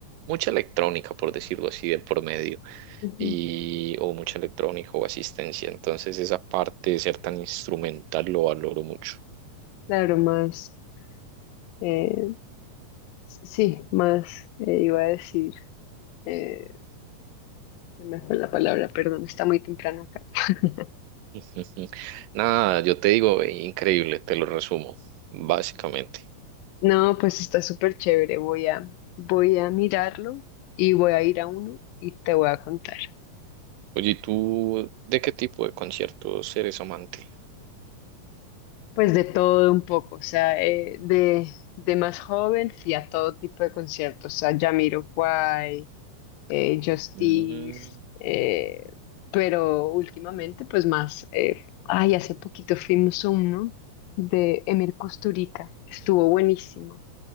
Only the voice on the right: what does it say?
mucha electrónica, por decirlo así, de por medio,
y, o mucha electrónica o asistencia. Entonces, esa parte de ser tan instrumental lo valoro mucho.
<laughs> Ujú. Nada, yo te digo, eh, increíble, te lo resumo, básicamente.
Oye, ¿y ¿tú de qué tipo de conciertos eres amante?
Mm,